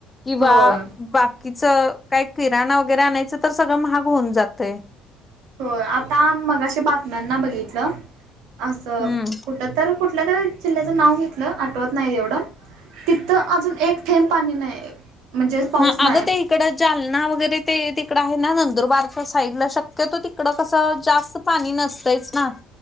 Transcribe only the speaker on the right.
होय
होय आता मगाशी बातम्यांना बघितलं. असं
कुठ तर कुठल्या तर चिल्ल्याचं नाव घेतलं आठवत नाही एवढं, तिथं अजून एक थेंब पाणी नाही. म्हणजे पाऊस
नाही